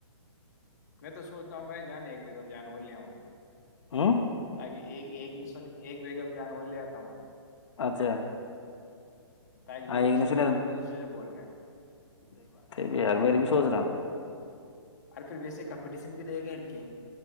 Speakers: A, on the left; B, on the left.
A: میں تو سوچتا ہوں بھائی جان ایک بیگم جان اور لے آؤں تو
B: ہ
A: تاکہ ایک ایک دسن ایک بیگ میں جان ہوول لیاتا ہوں
B: اچھا
A: ت یہ
B: ہاں ایگنیشن
A: نہیں سنےینا تو دوسری سے بولنا ہے
B: ار میری بھی سوچ رہا ہ
A: اور پھر ویسے کمپٹیشن بھی رہے گا ان